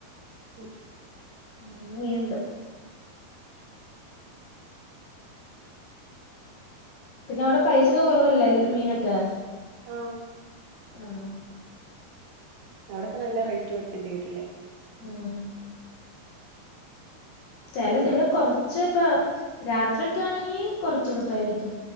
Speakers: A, on the right; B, on the left.
A: മ്ഹ്
B: ഇന്ന് മീനുണ്ട് പിന്നെ അവിടെ പൈസൊക്കെ കുറവല്ലേ ലെ മീനൊക്കെ?
A: ആഹ്
B: ആഹ്
A: അവിടൊക്കെ നല്ല റേറ്റ് കൊടുക്കേണ്ടി വരില്ലേ?
B: ആഹ് ചില ഇവിടെ കൊറച്ച് ഇപ്പ രാത്രി ഒക്കെ ആണെങ്കി കൊറച്ചടത്തായിരിക്കും.